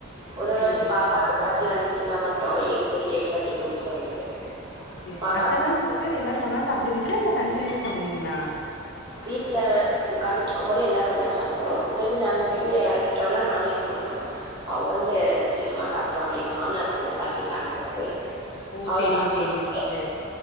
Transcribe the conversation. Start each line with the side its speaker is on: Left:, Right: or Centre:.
Right: ஒரு ஒரு
Left: சேரிங்க
Right: வாட்டி பாப்பாக்கு
Left: சேரிங்க சிஸ்டர்
Right: பசி வந்துச்சுனா மட்டு எய்ட்டு எயிட் தேர்டி இது ஊத்த வேண்டியது
Left: செர்
Right: பாப்பாக்கு
Left: அத்தலா
Right: பசி
Left: சிஸ்டர் எல்லாரு ஒன்னா சாப்பிடுவீங்களா இல்ல தனிதனியாத சபிடுவீங்களா
Right: வீட்ல உக்காந்திட்ருக்கும் போது எல்லாரு ஒன்னா சாப்பிடுவோ மேபி நாங்க
Left: சேரிங்
Right: கீழ இறக்கிட்ட உடன நானே பொண்ணு அவங்க வந்து சீக்கிரமா சாப்பிடுருவாங்க எங்க மாமனாருக்கு வந்து பசி தாங்க முடியாது
Left: ஓ
Right: அவர்
Left: சேரிங்க
Right: சாப்பட
Left: சேரிங்க
Right: உடன
Left: சிஸ்டர்